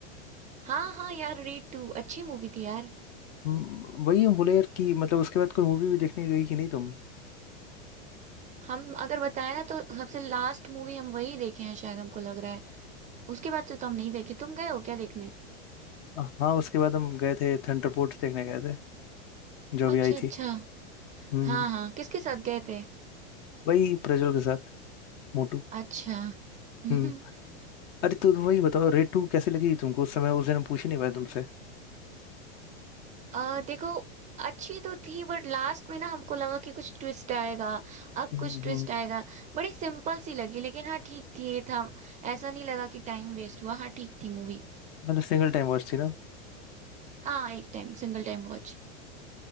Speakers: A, on the right; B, on the left.
A: हाँ हाँ यार रेड टू अच्छी मूवी थी यार
B: हम्म, वही हम बोले यार कि मतलब उसके बाद कोई मूवी भी देखने गई कि नहीं तुम
A: हम अगर बताए ना तो सबसे लास्ट मूवी हम वही देखे हैं शायद हमको लग रहा है उसके बाद से तो हम नहीं देखे तुम गए हो क्या देखने
B: अ, हाँ उसके बाद हम गए थे थंडरपोर्ट्स देखने गए थे जो भी
A: अच्छा
B: आई
A: अच्छा
B: थी हम्म
A: हाँ
B: हम्म,
A: हाँ किसके साथ गए थे
B: वही प्रज्वल के साथ मोटू
A: अच्छा हम्म
B: हम्म अरे तो वही बताओ रेड टू कैसे लगी तुमको उस समय उस दिन हम पूछ ही नहीं पाए तुमसे
A: अ, देखो अच्छी तो थी बट लास्ट में ना हमको लगा कि कुछ ट्विस्ट आएगा अब
B: हम्म
A: कुछ ट्विस्ट
B: हम्म
A: आएगा बड़ी सिंपल सी लगी लेकिन हाँ ठीक थी ये था ऐसा नहीं लगा कि टाइम वेस्ट हुआ हाँ ठीक थी मूवी
B: मतलब सिंगल टाइम वॉच थी ना
A: हाँ एक टाइम सिंगल टाइम वॉच